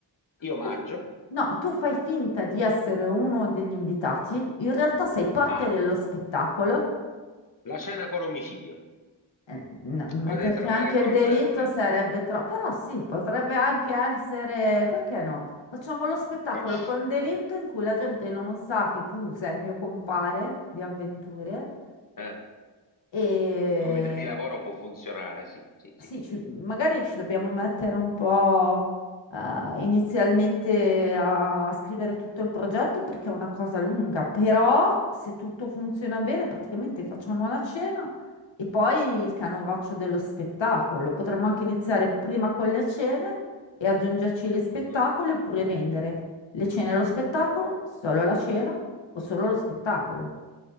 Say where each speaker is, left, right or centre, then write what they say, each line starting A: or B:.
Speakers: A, on the left; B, on the left.
A: Io mangio.
B: Tu- No, tu fai finta di essere uno degli invitati, in realtà sei parte
A: Ah,
B: dello spettacolo.
A: la cena con omicidio.
B: Eh, n- Metterci
A: Potete trovare
B: anche
A: il colpevole.
B: il delitto sarebbe troppo, però sì, potrebbe anche essere, perché no? Facciamo lo spettacolo
A: Facci-
B: con delitto in cui la gente non sa che tu sei il mio compare di avventure
A: eh.
B: e,
A: Come idea di lavoro può funzionare, sì, sì,
B: Sì,
A: sì, sì.
B: ci- magari ci dobbiamo mettere un po' eh, inizialmente a scrivere tutto il progetto perché è una cosa lunga, però se tutto funziona bene, praticamente facciamo la cena e poi il canovaccio dello spettacolo. Potremmo anche iniziare prima con le cene e aggiungerci gli spettacoli
A: Mm.
B: oppure vendere le cene e lo spettacolo,
A: In
B: solo la cena o solo lo spettacolo.